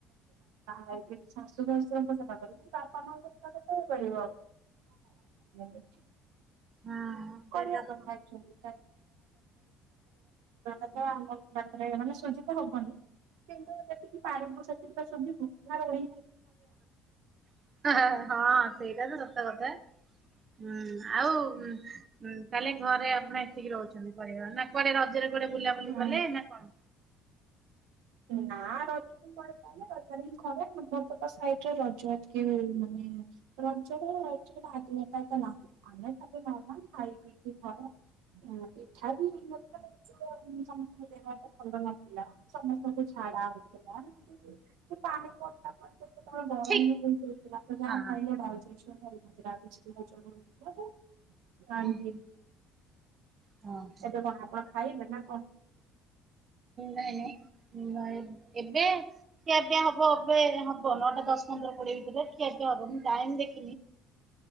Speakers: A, on the right; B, on the right.
A: ହେଇକି ଶାଶୁ ଶଶୁଙ୍କ ସେବା କରେ। ବାପା ମାଙ୍କ। <unintelligible>
B: ହଁ। ସେଇଟା
A: କରିବା
B: ତ
A: କଥା ଆକ୍ଚୁଆଲି। ବାପା ମା <unintelligible> ହବନି। କିନ୍ତୁ ଯେତିକି ପାରିବୁ ସେତିକି ତ ସବୁ <unintelligible>
B: <unintelligible> ହଁ ସେଇଟା ତ ସତ କଥା। ହୁଁ, ଆଉ ହୁଁ ତାହେଲେ ଘରେ ଆପଣ ଏତିକି ରହୁଛନ୍ତି ପରିବାର, ନା କୁଆଡେ ରଜରେ କୁଆଡେ ବୁଲାବୁଲି
A: ହୁଁ
B: କଲେ ନା କଣ?
A: ନାଁ ରଜ <unintelligible> <unintelligible> ପିଠା ବି, <unintelligible> ସମସ୍ତଙ୍କ ଦେହ ତ ଭଲ ନଥିଲା। ସମସ୍ତଙ୍କୁ <unintelligible>
B: ଠିକ ହଁ ହଁ
A: <unintelligible>
B: ହୁଁ, ହୁଁ, ହଁ ହଁ।
A: ଏବେ କଣ, ଆପଣ ଖାଇବେ ନା କଣ?
B: ନାଇଁ ନାଇଁ <unintelligible> ଏବେ ଖିଆ ହବ ଏବେ, ହ ହବ ନଅଟା ଦଶ ପନ୍ଦର କଡିଏ ଭିତରେ ଖିଆ ପିଆ ହବ। ମୁଁ ଟାଇମ ଦେଖ